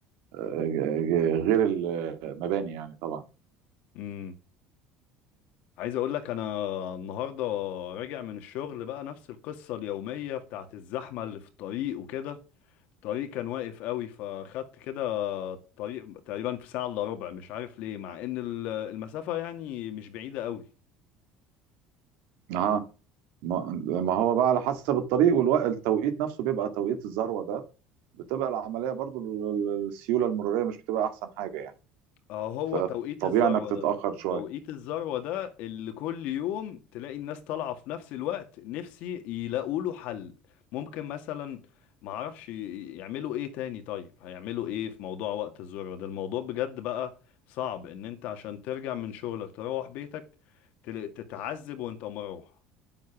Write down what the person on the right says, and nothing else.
آه، ج- غير المباني يعني طبعا
اه ما ما هو بقى على حسب الطريق والتوقيت نفسه بيبقى توقيت الذروة ده بتبقى العملية برضو ال- ال- السيولة المرورية مش بتبقى أحسن حاجة يعني
فطبيعي
انك تتاخر
شويه